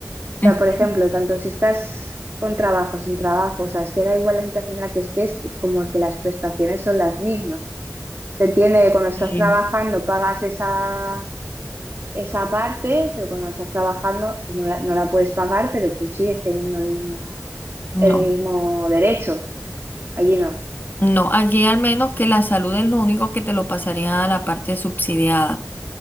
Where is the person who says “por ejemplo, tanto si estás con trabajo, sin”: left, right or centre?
Right